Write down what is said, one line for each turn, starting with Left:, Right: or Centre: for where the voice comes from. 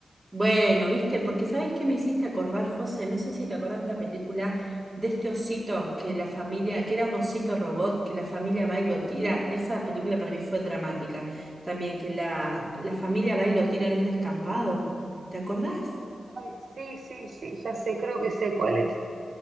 Centre: bueno, viste, porque sabes que me hiciste acordar, José, no sé si te acordás de esta película de este osito que la familia, que era un osito robot, que la familia va y lo tira. Esa película para mí fue dramática también, que la,
Right: Ay,
Centre: la familia va y lo tira en un descampado. ¿Te acordás?
Right: ay, sí, sí, sí, ya sé, creo que sé cuál es.